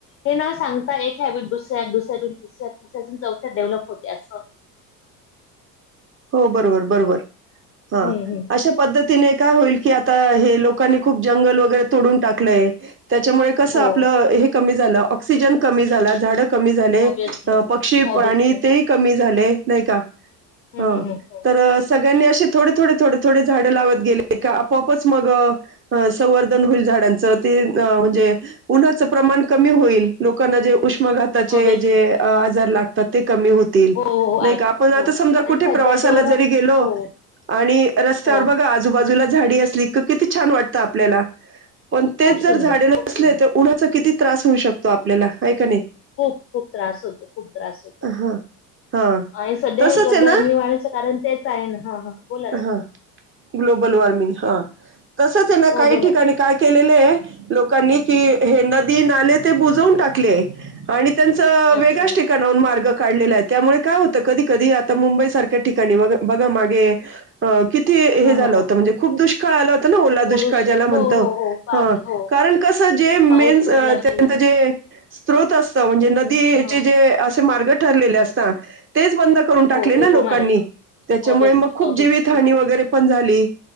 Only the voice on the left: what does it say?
हे न सांगता एक हॅबिट दुसऱ्यात दुसऱ्यातून तिसऱ्यात अजून चौथ्यात डेव्हलप होते असं.
हम्म हम्म हम्म.
हो
ऑब्विसली
ऑब्विसली
हम्म
हम्म हम्म
ऑब्विसली
हो हो
आज
हो
आणि सध्या
जेवढं
हो
हो
खूप
सुंदर
खूप सुंदर
खूप खूप त्रास होतो खूप त्रास होतो.
आणि सध्या
हे
गरमी
वाढायचं कारण तेच आहे ना हा हा बोला ना तू
हो बोला
ना
अच्छा
हा
हा
पोल्युशन
हो हो हो पाणी
हो
पाऊस
पडला की
ह
हो
उपमार्ग
ऑबियसली
ऑबियसली